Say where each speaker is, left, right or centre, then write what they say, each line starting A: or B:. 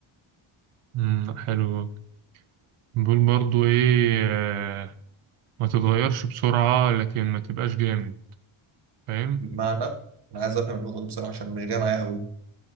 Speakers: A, on the right; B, on the right.
A: امم حلو بيقول برضو إيه آه، ما تتغيرش بسرعة لكن ما تبقاش جامد فاهم؟
B: بمعنى أنا عايز أفهم النقطة دي بصراحة عشان مش جاية معايا قوي